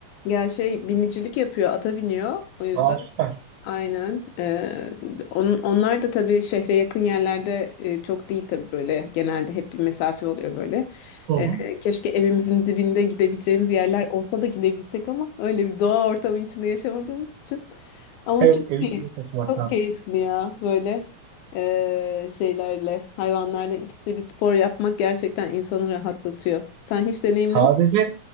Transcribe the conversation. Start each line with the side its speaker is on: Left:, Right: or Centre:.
Left: Gel şey binicilik yapıyor, ata biniyor. O yüzden
Right: Aa süper.
Left: Aynen. Ee, on- onlar da tabii şehre yakın yerlerde e, çok değil tabii böyle. Genelde hep bir mesafe oluyor böyle.
Right: Hı hı.
Left: Ee, keşke evimizin dibinde gidebileceğimiz yerler olsa da gidebilsek ama öyle bir doğa ortamı içinde yaşamadığımız için. Ama
Right: Evet,
Left: çok
Right: evi
Left: keyif,
Right: köye taşımak
Left: çok
Right: lazım.
Left: keyifli ya böyle e, şeylerle, hayvanlarla iç içe bir spor yapmak gerçekten insanı rahatlatıyor. Sen hiç deneyimlemiş
Right: Sadece